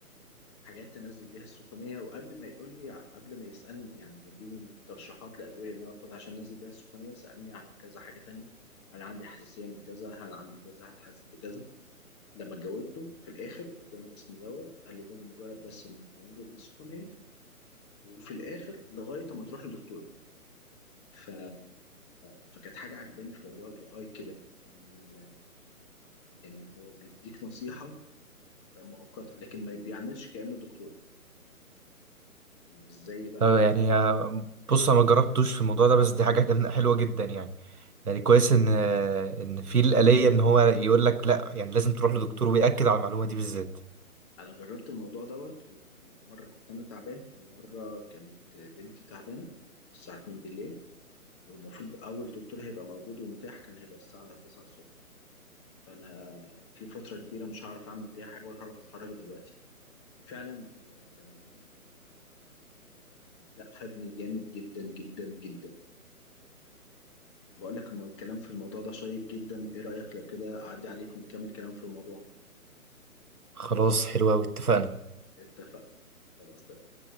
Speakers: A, on the left; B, on the right.
A: حاجات تنزل بيها السخونيه وقبل ما يقول لي قبل ما يسالني يعني مديني ترشيحات لادويه ان انا اخدها عشان انزل بيها السخونيه سالني عن كذا حاجه تانية هل عندي حساسيه من كذا هل عندي كذا هل حاسس بكذا لما جاوبته في الاخر اداني اسم دواء قال لي ده لمجرد بس انك تنزل بيه السخونيه وفي الاخر لغايه ما تروح للدكتور ف... فكانت حاجه عجباني في موضوع الاي اي كده ان ان هو بيديك نصيحه مؤقته لكن ما بيعملش كانه دكتور مش زي بقى
B: طب يعني آه، بص انا ما جربتوش في الموضوع ده بس دي حاجه جم- حلوه جدا يعني يعني كويس ان آه، ان في الآلية ان هو يقول لك لا يعني لازم تروح لدكتور ويأكد على المعلومه دي بالذات
A: انا جربت الموضوع دوت ومره كنت انا تعبان ومره كانت بنتي تعبانه الساعه 2 بالليل والمفروض اول دكتور هيبقى موجود ومتاح كان هيبقى الساعه 9 الصبح فانا في فتره كبيره مش هعرف اعمل بيها حاجه ولا هعرف اتحرك دلوقتي فعلا كان يعني لا فادني جامد جدا جدا جدا بقول لك الم- الكلام في الموضوع ده شيق جدا ايه رايك لو كده اعدي عليكم ونكمل كلام في الموضوع
B: خلاص حلوه قوي اتفقنا
A: اتفقت خلاص تمام